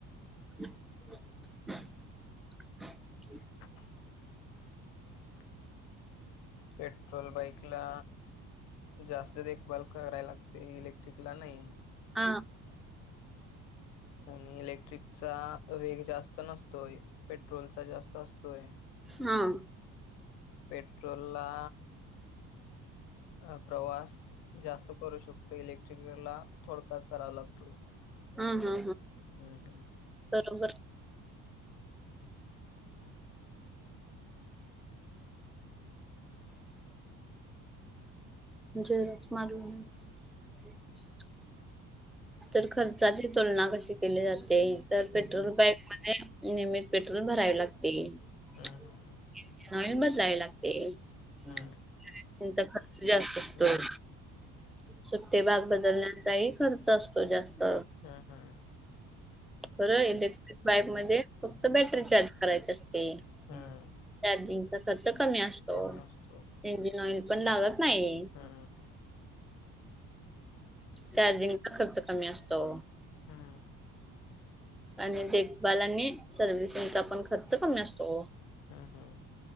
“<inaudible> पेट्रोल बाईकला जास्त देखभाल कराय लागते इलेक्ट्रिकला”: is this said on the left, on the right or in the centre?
Left